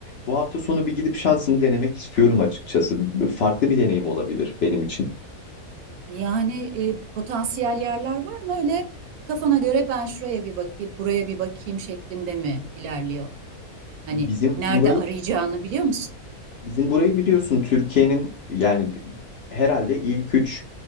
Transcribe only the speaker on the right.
Yani e, potansiyel yerler var mı öyle? Kafana göre ben şuraya bir bakayım, buraya bir bakayım şeklinde mi ilerliyor? Hani
nerede
arayacağını biliyor musun?